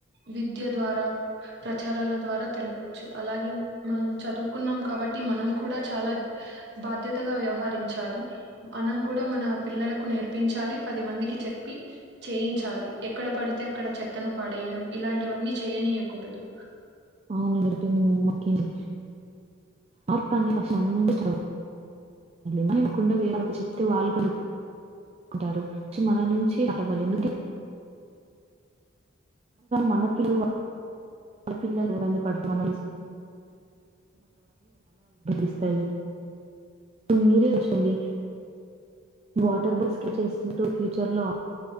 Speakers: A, on the right; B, on the right.
A: విద్య ద్వారా, ప్రచారాల ద్వారా తెలపచ్చు, అలాగే మనం చదువుకున్నాం కాబట్టి మనం కూడా చాలా బాధ్యతగా వ్వవ ఆహరించాలి, మనం కూడా మన పిల్లలకు నేర్పించాలి, పది మందికి చెప్పి చేయించాలి ఎక్కడ పడితే అక్కడ చెత్తను పడేయడం ఇలాంటివన్నీ చేయనీయకూడదు.
B: అవున నడిపింది మమ్మకిని ఆర్ ప్రాణీ ఫస్ట్ మన నుండే సా మేము కుడా వీళ్ళకి చెప్తే, వాళ్ళు కూడా ఉంటారు, సో మన నుంచి స్టార్ట్ అవ్వాలి ఎందుక మన పిల్లు <inaudible> చిన్న <unintelligible> మీరే వుంచండి, వాటర్ బస్స్కె చేస్కుంటూ ఫ్యూచర్ లో